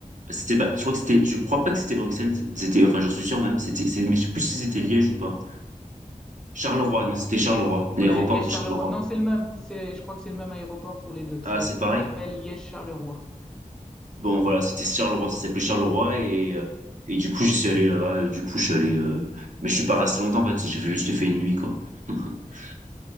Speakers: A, on the right; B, in the centre.
A: c'était pas, je crois que c'était, je crois pas que c'était Bruxelles, c'était, enfin, j'en suis sûr même, c'était, c'est- mais je sais plus si c'était Liège ou pas. Charleroi, non, c'était Charleroi, l'aéroport
B: Ouais, Liège-Charleroi.
A: de Charleroi.
B: Non, c'est le même. C'est, je crois que c'est le même aéroport pour les deux. C'est,
A: Ah, c'est pareil?
B: il s'appelle Liège-Charleroi.
A: Bon, voilà, c'était Charleroi, ça s'appelait Charleroi et, euh, et du coup, j'y suis allé là-bas et du coup, je suis allé, euh, mais je suis pas resté longtemps en fait, j'ai fait- juste fait une nuit quoi. <laughs>